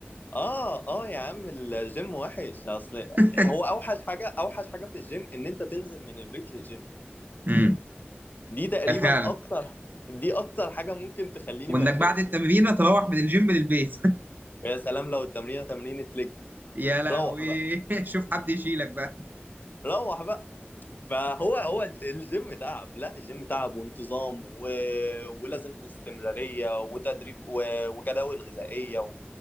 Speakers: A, on the left; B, on the right.
A: اه اه يا عم الجيم وحش اصل
B: <laughs>
A: هو اوحش حاجه اوحش حاجه في الجيم ان انت تنزل من البيت للجيم
B: امم
A: دي تقريبا
B: فعلا
A: اكتر دي اكتر حاجه ممكن تخليني
B: وانك
A: ما انزلش
B: بعد التمرين تروح من الجيم للبيت
A: يا سلام لو التمرينه تمرينه لج
B: <laughs> يا لهوي
A: روح بقى
B: <laughs> شوف حد يشيلك بقى
A: روح بقى فهو هو الجيم تعب لا الجيم تعب وانتظام و... ولازم استمرارية وتدريب و... وجداول غذائية و...